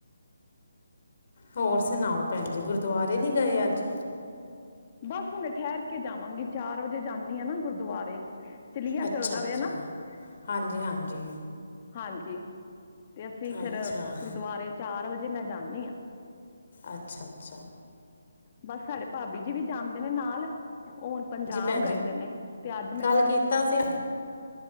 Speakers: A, on the left; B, on the left.
A: ਹੋਰ ਸੁਣਾਓ ਭੈਣ ਜੀ ਗੁਰਦੁਆਰੇ ਨਹੀਂ ਗਏ ਅੱਜ।
B: ਬਸ ਹੁਣ ਠਹਿਰ ਕੇ ਜਾਵਾਂਗੀ ਚਾਰ ਵਜੇ ਜਾਂਦੀ ਆ ਨਾ ਗੁਰਦੁਆਰੇ। ਚਲੀਆ
A: ਅੱਛਾ,
B: ਚੱਲਦਾ
A: ਅੱਛਾ।
B: ਵੇ ਨਾ
A: ਹਾਂਜੀ, ਹਾਂਜੀ
B: ਹਾਂਜੀ ਤੇ ਅਸੀਂ ਫਿਰ
A: ਅੱਛਾ
B: ਗੁਰਦੁਆਰੇ ਚਾਰ ਵਜੇ ਮੈਂ ਜਾਂਦੀ ਹਾਂ
A: ਅੱਛਾ ਅੱਛਾ।
B: ਬਸ ਸਾਡੇ ਭਾਬੀ ਜੀ ਵੀ ਜਾਂਦੇ ਨੇ ਨਾਲ ਉਹ ਪੰਜਾਬ
A: ਜੀ ਭੈਣ ਜੀ
B: ਗਏ ਦੇ ਨੇ ਤੇ ਅੱਜ ਮੈਨੂੰ
A: ਕੱਲ
B: ਕੱਲੀ
A: ਕੀਤਾ ਸੀ